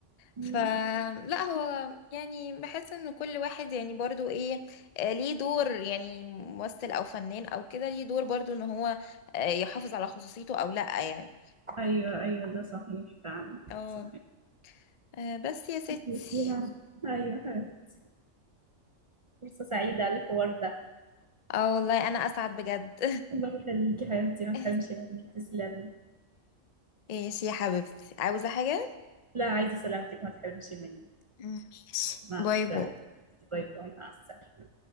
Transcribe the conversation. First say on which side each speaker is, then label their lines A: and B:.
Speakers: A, on the right; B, on the left.
A: مم.
B: ف لا هو يعني بحس ان كل واحد يعني برضو ايه آه، ليه دور يعني ممثل او فنان او كده ليه دور برضو ان هو آه، يحافظ على خصوصيته او لا يعني
A: ايوه ايوه ده صحيح فعلا
B: اه
A: صحيح
B: آه، بس يا ستي
A: يسيرة ايوه حبيبتي فرصة سعيدة الحوار ده
B: اه والله انا اسعد بجد
A: الله يخليكي حبيبتي ما
B: <laughs>
A: تحرمش مني تسلمي
B: ايش يا حبيبتي عاوزة حاجة
A: لا عايزة سلامتك ما تحرمش مني
B: ماشي
A: مع
B: باي
A: السلامة
B: باي
A: باي باي مع السلامة